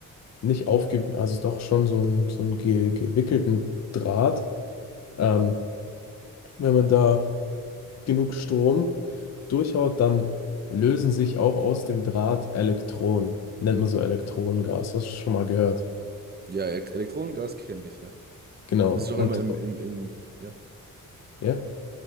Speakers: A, on the left; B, on the right.
A: nicht aufge, also doch schon so einen, so einen ge gewickelten Draht, ähm, wenn man da genug Strom durchhaut, dann lösen sich auch aus dem Draht Elektronen. Nennt man so Elektronengas. Hast du schon mal gehört?
B: Ja, E- Elektronengas kenne ich, ja.
A: Genau.
B: Das ist auch
A: Und
B: immer im, im, im, ja,
A: ja,